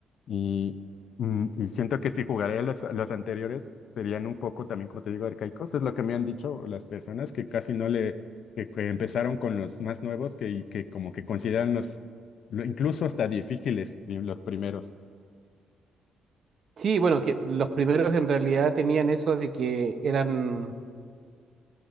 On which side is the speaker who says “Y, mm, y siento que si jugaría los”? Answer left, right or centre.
Left